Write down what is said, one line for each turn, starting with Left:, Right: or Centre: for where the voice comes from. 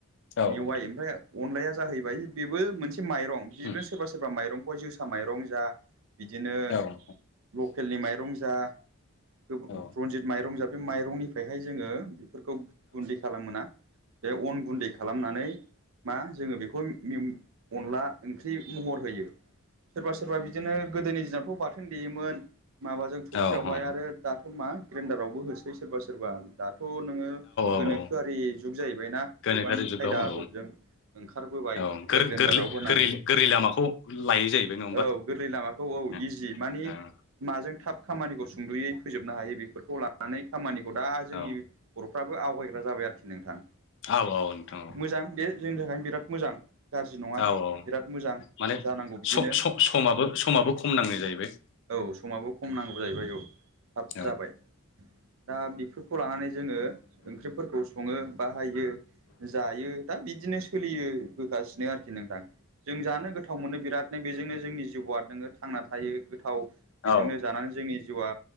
Left: औ
Right: मेवाइ
Left: नोंथां
Right: ओमफ्राय अनलाया जाहैबाय बेबो मोनसे माइरं बिनो
Left: उम
Right: सोरबा सोरबा माइरं खय जोसा माइरं जा बिदिनो
Left: औ नोंथां औ नोंथां औ
Right: लकेलनि माइरं जा रनजित
Left: औ
Right: माइरं जाबै माइरंनिफ्रायहाय जोङो फोरखौ गुन्दै खालाम मोना बे अन गुन्दै खालामनानै। मा जोङो बेखौ उम अनला ओंख्रि महर होयो। सोरबा सोरबा बिदिनो गोदोनि दिनावथ' बाथोन देयोमोन माबाजों थफियावहाय
Left: औ औ
Right: आरो दाथ' मा ग्रेन्डारावबो होसै सोरबा सोरबा दथह थ' नोङो गोनोखोआरि
Left: औ
Right: जुग जाहैबायना
Left: गोनोखोआरि
Right: गोबां
Left: जुगाव
Right: खायदा
Left: औ
Right: आदबजों ओंखारबोबाय
Left: औ
Right: सुपार
Left: गोर-
Right: जेनदाराव
Left: गोरलै
Right: होनानै
Left: गोरै गोरै लामाखौ लायै जाहैबाय नङा होमबा
Right: औ गोरलै लामाखौ औ इजि
Left: ओ
Right: माने
Left: ओ
Right: माजों थाब खामानिखौ सुंदुयै फोजोबनो हायो बे बेफोरखौ लानानै खामानिखौ दा जोंनि
Left: ओ
Right: बर'फ्राबो आवगायग्रा जाबाय आरोखि नोंथां।
Left: औ नोंथां औ
Right: मोजां बे जोंनि थाखायनो बिराद मोजां गाज्रि नङा
Left: औ औ
Right: बिराद मोजां
Left: माने
Right: जानांगौ बिदिनो
Left: स स समाबो समाबो खम नाङो। जायैबाय
Right: औ समाबो खम नांगौ जाहैबाय औ थाब
Left: औ
Right: जाबाय। दा बेफोरखौ लानानै जोङो ओंख्रिफोरखौ सङो बाहायो जायो दा बिदिनो सोलियो होगासिनो आरोखि नोंदां। जों जानो गोथाव मोनो बिरादनो बेजोंनो जोंनि जिउआ नोङो थांना थायो गोथाव बेजोंनो
Left: औ
Right: जानानै। जोंनि जिउआ